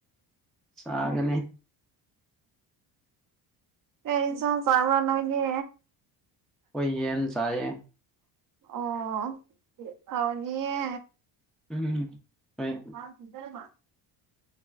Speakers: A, in the centre; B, on the right (about 50°).
A: ꯆꯒꯅꯦ
B: ꯀꯩ ꯏꯟꯁꯡ ꯆꯕꯔꯥ ꯅꯣꯏꯗ
A: ꯑꯣꯏ ꯌꯦꯟ ꯆꯑꯦ
B: ꯑꯣ ꯍꯥꯎꯅꯤꯌꯦ
A: ꯎꯝ ꯍꯣꯏ
B: <unintelligible>